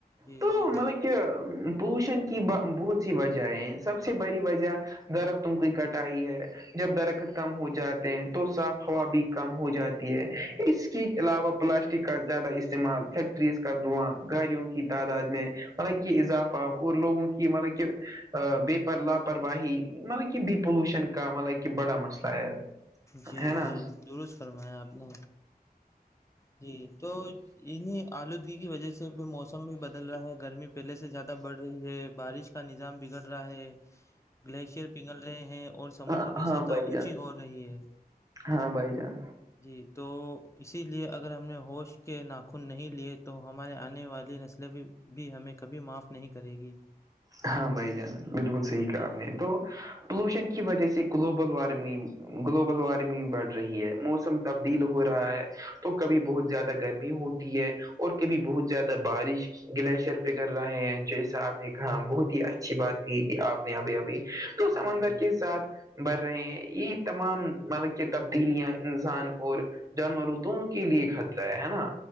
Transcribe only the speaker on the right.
تو
مل کہ پوشن کی بہت سی وجہیں سب سے بڑی وجہ درختوں کی کٹائی ہے جب درخت کم ہو جاتے ہیں تو صاف ہوا بھی کم ہو جاتی اس کے علاوہ پلاسٹک کا زیادہ استعمال فیکٹر ریز کا دعاں گاڑیوں کی تعداد میں مطلب کہ اضافہ اور لوگوں کی مطلب کہ بیی پر لاپرواہی مطلب کہ بھی پولوشن کا مطلب کہ بڑا مسئلہ ہے
ہے نا
ہاں
ہاں
بھائی
جان
ہاں بھائی جان
ہاں بھائی جان بالکل صحیح کہا
آپ نے تو پولوشن کی وجہ سے گلوبل وارمنگ گلوبل وارمنگ بڑھ رہی ہے موسم تبدیل ہو رہا ہے تو کبھی بہت زیادہ گرمی ہو ہے اور کبھی بہت زیادہ بارش گلیشیئر پہ کر رہے ہیں جیسا آپ نے کہا بہت اچھی
بات کہ تھی آپ نے ابھی ابھی تو
سمندر
کے ساتھ بڑھ رہے ہیں یہ تمام مطلب کہ تبدیلیاں انسان اور جانوروں دونوں کے لیے خطرہ ہے ہے نا